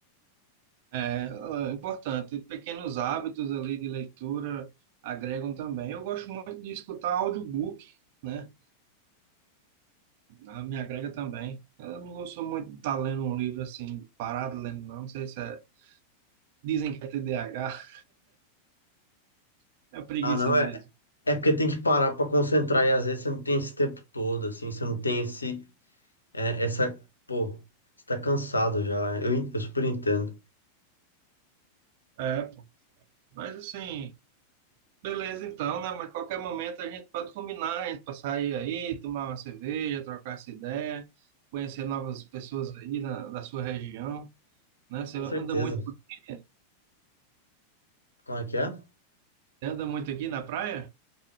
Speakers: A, on the right; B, on the left.
A: É, é importante. Pequenos hábitos ali de leitura agregam também. Eu gosto muito de escutar audiobook, né? Ah, me agrega também. Eu não gosto muito de estar lendo um livro assim, parado lendo, não. Não sei se é. Dizem que é TDAH, <laughs> é preguiça
B: Ah, não, é,
A: mesmo.
B: é porque tem que parar para concentrar e às vezes você não tem esse tempo todo, assim, você não tem esse, é, essa, pô, você tá cansado já, eu, en- eu super entendo.
A: É, pô. Mas assim, beleza então, né? Mas qualquer momento a gente pode combinar, a gente pra sair aí, tomar uma cerveja, trocar essa ideia, conhecer novas pessoas aí na, da sua região, né? Você
B: Com
A: anda
B: certeza.
A: muito, por aqui?
B: Como é que é?
A: Você anda muito aqui na praia?